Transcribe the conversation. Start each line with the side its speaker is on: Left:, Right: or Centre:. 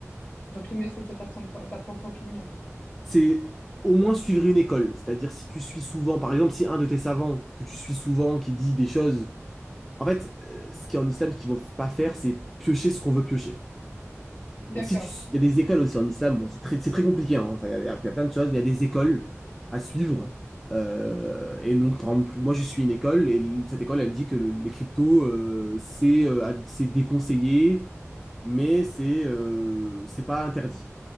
Left: Donc, le mieux, c'est de se faire son, sa propre opinion.
Centre: c'est au moins suivre une école. C'est-à-dire, si tu suis souvent, par exemple, si un de tes savants que tu suis souvent qui dit des choses. En fait, euh, ce qui est en islam, ce qu'il ne faut pas faire, c'est piocher ce qu'on veut piocher.
Left: D'accord.
Centre: Bon, si tu... Il y a des écoles aussi en islam, bon, c'est très, c'est très compliqué, hein. enfin, il y, a, y a plein de choses, mais il y a des écoles à suivre. Euh, et donc, par exemple, moi, je suis une école et cette école, elle dit que le- les cryptos, euh, c'est euh, à- c'est déconseillé, mais c'est euh, c'est pas interdit.